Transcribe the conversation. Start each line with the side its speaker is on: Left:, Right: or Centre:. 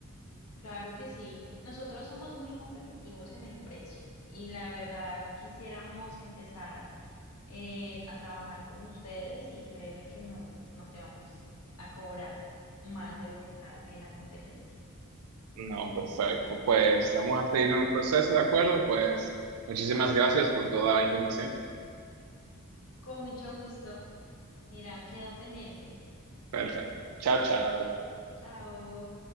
Left: Claro que sí. Nosotros somos muy competitivos en el precio y la verdad quisiéramos empezar eh, a trabajar con ustedes y créeme que no, no te vamos a cobrar más de lo que está en la competencia.
Right: No, perfecto. Pues vamos a seguir con el proceso, ¿de acuerdo? Pues muchísimas gracias por toda la información.
Left: Con mucho gusto. Irán, quedó pendiente.
Right: Perfecto. Chao, chao.
Left: Chao.